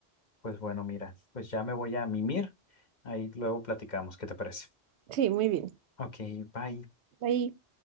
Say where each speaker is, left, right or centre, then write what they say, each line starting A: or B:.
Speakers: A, on the left; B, on the right.
A: pues bueno, mira, pues ya me voy a mimir. Ahí luego platicamos, ¿qué te parece?
B: Sí, muy bien.
A: Ok, bye.
B: ahí